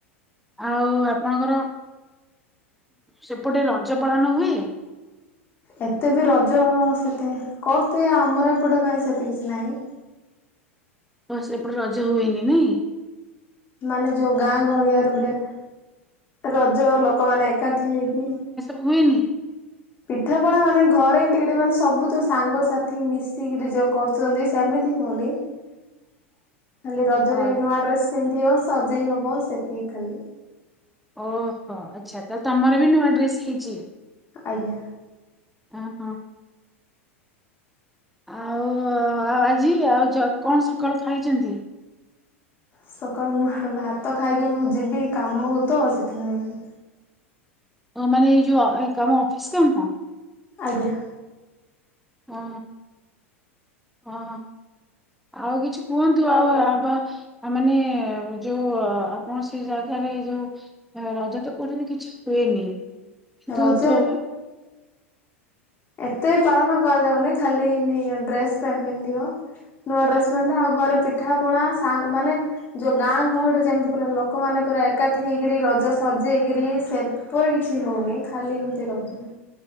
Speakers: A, in the centre; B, on the left.
A: ଆଉ ଆପଣଙ୍କର ସେପଟେ ରଜ ପାଳନ ହୁଏ।
B: ଏତେ ବି ରଜ ସେତେ କରୁଥିବେ ଆମର ଏପଟେ କାହିଁ ସେତ କିଛି ନାହିଁ।
A: ହସ ଏପଟେ ରଜ ହୁଏନି ନାଇଁ।
B: ମାନେ ଯୋଉ ଗାଁ
A: ହଁ,
B: ଗହଳିଆରେ ପ ରଜ ଲୋକମାନୋନ ଏକାଠି ହେଇକି
A: ହୋଇୁଇଏନି?
B: ପିଠାପଣା ମାନେ ଘରେ ଏ ଟ ମାନେ ସବୁ ଯୋଉ ସାଙ୍ଗସାଥି ମିଶିକି ଯୋଉ କରୁଛନ୍ତି ସେମିତି ହଉନି। ଖାଲି ରଜରେ
A: ଅ
B: ନୂଆ ଡ୍ରେସ୍ ପିନ୍ଧିବ ସଜେଇ ହବ ସେତିକି ଖାଲି
A: ଓହୋ। ଆଛା ତମର ବି ନୂଆ ଡ୍ରେସ କିଜିି।
B: ଆଜ୍ଞା।
A: ଓ ହୋ। ଆଉ ଆଉ ଆଜି ଆଉ କଣ ସକାଳୁ ଖାଇଛନ୍ତି।
B: ସକାଳୁ ଭାତ ଖାଇକି ମୁଁ ଯିବି କାମକୁ ତ ଆସିଥିଲାଣି।
A: ମାନେ ଏଇ ଯୋଉ କାମ ଅଫିସ କାମ।
B: ଆଜ୍ଞା।
A: ହଁ ହ ଆଉ କିଛି କୁହନ୍ତୁ ଆଉ ଆ ମାନେ ଯୋଉ ଆପଣ ସେ ଜାଗାରେ ଯୋଉ ରଜ ତ କରହୁଛନ୍ତି କିଛି ହୁଏନି। କିନ୍ତୁ
B: ରଜ
A: ତ
B: ଏତେ ପାଳନ କରିଦଉନି ଖାଲି ଏମତି ଡ୍ରେସ ପଣ୍ଟ ପିନ୍ଧି ହ ନୂଆ ଡ୍ରେସ ପଣ୍ଟ ଆଉ ଘରେ ପିଠା ପଣା ମାନେ ଯୋଉ ଗାଁ ଗହଳିରେ ଯେମିତି ପୁରା ଲୋକମାନେ ପୁରା ଏକାଠି ହେଇକରି ରଜ ସଜେଇକରି ସେପରି କିଛି ହଉନି ଖାଲି ଏମିତି ରଜ।